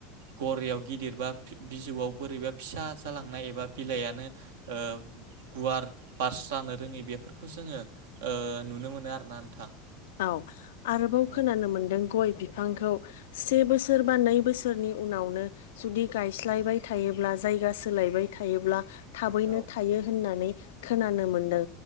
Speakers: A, on the right; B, on the left.
A: गरायाव गिदिरबा बिजौआव बोरैबा फिसा जालांनाय एबा बिलाइनो ओ गुवार बास जानो रोङि बेफोरखौ जोङो ओ नुनो मोनो आरोना नोंथां
B: औ आरोबाव
A: औ
B: खोनानो मोनदों गय बिफ बिफांखौ से बोसोर बा नै बोसोरनि उनावनो जुदि गायस्लायबाय थायोब्ला जाय जायगा सोलायबाय थायोब्ला। थाबैनो
A: औ
B: थायो होननानै खोनानो मोनदों